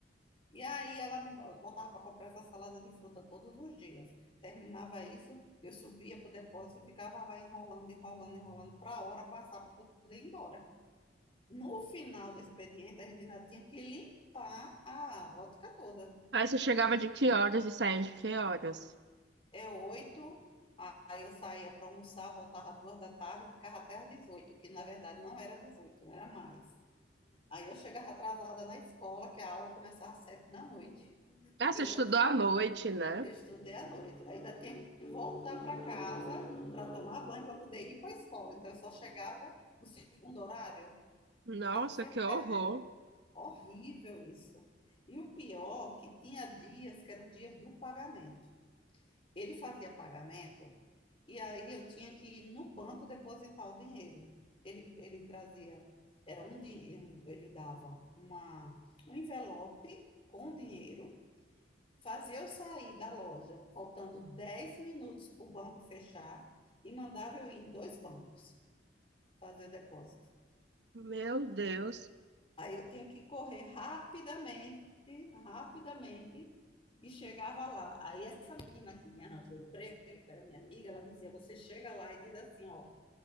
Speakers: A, on the left; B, on the right.
A: E aí ela me botava para comprar essa salada de fruta todos os dias. Terminava isso, eu subia para o depósito e ficava lá enrolando, enrolando, enrolando, para a hora passar para poder ir embora. No final do expediente, a gente ainda tinha que limpar a rótica toda.
B: Aí você chegava de que horas e saía de que horas?
A: É oito, aí eu saía para almoçar, voltava às duas da tarde e ficava até às 18, que na verdade não era 18, era mais. Aí eu chegava atrasada na escola, que a aula começava às sete da noite, porque
B: Ah, você
A: eu ainda
B: estudou
A: tinha,
B: à noite, né?
A: eu estudei à noite, ainda tinha que voltar para casa para tomar banho para poder ir para a escola. Então eu só chegava no segundo horário,
B: Nossa,
A: eu estava sempre
B: que horror.
A: perdendo. Horrível isso. E o pior, que tinha dias que eram dias do pagamento. Ele fazia pagamento e aí eu tinha que ir no banco depositar o dinheiro. Ele, ele trazia, era um, din- um- ele dava uma, um envelope com dinheiro, fazia eu sair da loja, faltando 10 minutos para o banco fechar, e mandava eu ir em dois bancos fazer o depósito.
B: Meu Deus,
A: Aí eu tinha que correr rapidamente, rapidamente, e chegava lá. Aí essa menina que me arranjou o emprego, que era minha amiga, ela dizia: você chega lá e diz assim, ó,